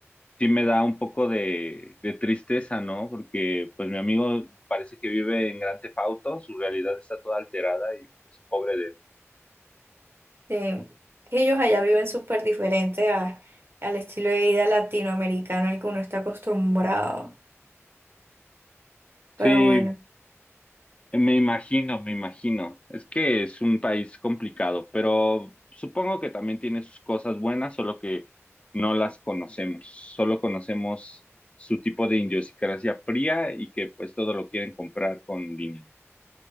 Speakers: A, on the left; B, on the right.
A: sí me da un poco de, de tristeza, ¿no? Porque pues mi amigo parece que vive en Gran Theft Auto, su realidad está toda alterada y pues pobre de él.
B: Sí, que ellos allá viven súper diferente a- al estilo de vida latinoamericano al que uno está acostumbrado. Pero
A: Sí,
B: bueno,
A: Me imagino, me imagino. Es que es un país complicado, pero supongo que también tiene sus cosas buenas, solo que no las conocemos. Solo conocemos su tipo de idiosincrasia fría y que pues todo lo quieren comprar con dinero.